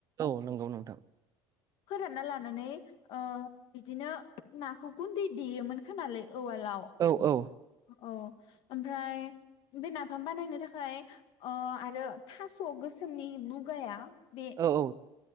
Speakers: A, on the right; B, on the left.
A: औ नंगौ नोंथां।
B: फोरानना लानानै ओ बिदिनो नाखौ गुन्दै देयोमोन खोमालै उवालाव।
A: औ औ।
B: औ ओमफ्राय बे नाफाम बानायनो थाखाय ओ आरो थास' गोसोमनि बुगाया बे
A: औ औ